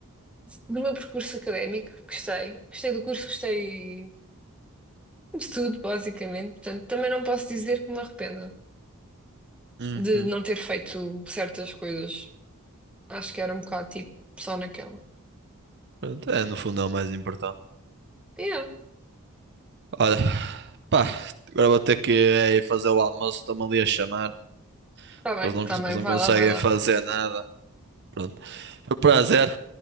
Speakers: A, in the centre; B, on the right.
A: do meu percurso académico, gostei, gostei do curso, gostei de tudo, basicamente. Portanto, também não posso dizer que me arrependa
B: Uhum.
A: de não ter feito certas coisas. Acho que era um bocado tipo, só naquela.
B: Pronto, é, no fundo é o mais importante.
A: Yeah,
B: Olha, pá, agora vou ter que é, ir fazer o almoço. Estão-me ali a chamar.
A: tá bem,
B: Eles não,
A: tá
B: cons-
A: bem,
B: eles não
A: vai
B: conseguem
A: lá, vai lá.
B: fazer nada. Pronto. Foi um prazer.